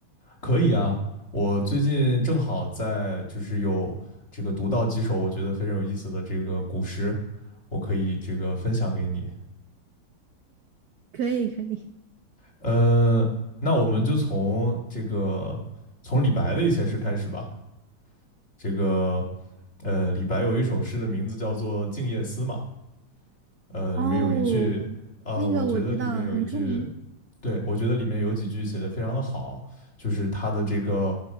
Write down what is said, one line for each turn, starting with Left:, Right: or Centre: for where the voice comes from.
Left: 可以啊，我最近正好在就是有这个读到几首我觉得非常有意思的这个古诗，我可以这个分享给你。
Right: 可以可以。
Left: 呃，那我们就从这个从李白的一些诗开始吧。这个呃，李白有一首诗的名字叫做《静夜思》嘛。呃，
Right: 哦，
Left: 里面有一句，呃，
Right: 那个我知道，
Left: 我觉得里面有一句，
Right: 很出名。
Left: 对，我觉得里面有几句写的非常的好，就是他的这个